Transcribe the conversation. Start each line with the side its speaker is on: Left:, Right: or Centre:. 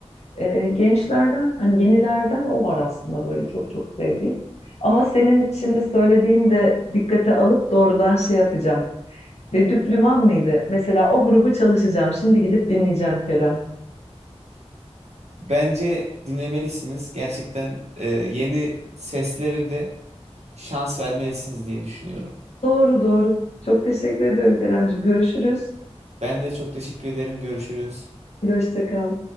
Left: Ee, gençlerden hani yenilerden o var aslında böyle çok çok sevdiğim. Ama senin şimdi söylediğin de dikkate alıp doğrudan şey yapacağım. Ve Düplüman mıydı? Mesela o grubu çalışacağım. Şimdi gidip dinleyeceğim Kerem.
Right: Bence dinlemelisiniz. Gerçekten e, yeni sesleri de şans vermelisiniz diye düşünüyorum.
Left: Doğru doğru. Çok teşekkür ediyorum Keremcim. Görüşürüz.
Right: Ben de çok teşekkür ederim. Görüşürüz.
Left: Hoşça kal.